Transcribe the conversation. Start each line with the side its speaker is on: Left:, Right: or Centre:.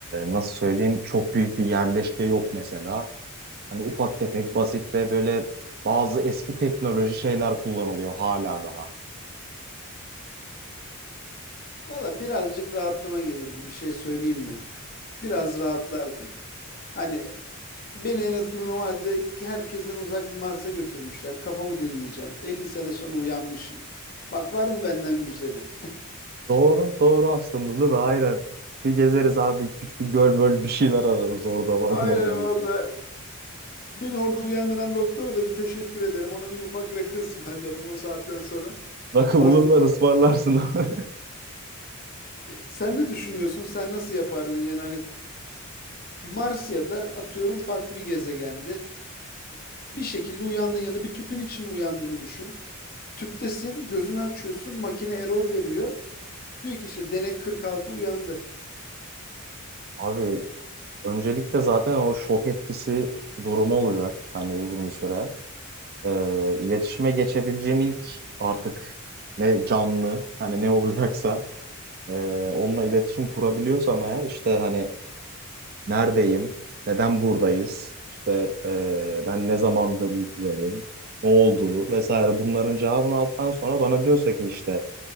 Right: nasıl söyleyeyim çok büyük bir yerleşke yok mesela. Hani ufak tefek, basit ve böyle bazı eski teknoloji şeyler kullanılıyor hala daha.
Left: Valla birazcık rahatlama gelirdi bir şey söyleyeyim mi? Biraz rahatlardım. Hani beni en azından o halde ki herkesten uzak bir Mars'a götürmüşler. Kafamı dinleyeceğim. 50 sene sonra uyanmışım. Bak var mı benden güzeli?
Right: Doğru, doğru aslında değil mi? Aynen. Bir gezeriz abi. iki üç bir göl böl bir şeyler ararız orada
Left: <laughs>
Right: var-
Left: Aynen
Right: bulabilirsek.
Left: valla. Beni orada uyandıran doktora da bir teşekkür ederim. Ona bir ufak rakı ısmarlarım o saatten sonra.
Right: Rakı
Left: Varsa.
Right: bulurlar ısmarlarsın abi.
Left: Sen ne düşünüyorsun? Sen nasıl yapardın? Yani hani Mars ya da atıyorum farklı bir gezegende bir şekilde uyandın ya da bir tüpün içinde uyandığını düşün. Tüptesin, gözünü açıyorsun, makine error veriyor. Diyor ki işte denek 46 uyandı.
Right: <laughs> Abi öncelikle zaten o şok etkisi durumu olacak. Hani uzun bir süre. Ee, iletişime geçebileceğim ilk artık ne canlı hani ne olacaksa e, onunla iletişim kurabiliyorsam eğer işte hani Neredeyim? Neden buradayız? İşte eee, ben ne zamandır uykudayım? Ne oldu? Vesaire bunların cevabını aldıktan sonra bana diyorsa ki işte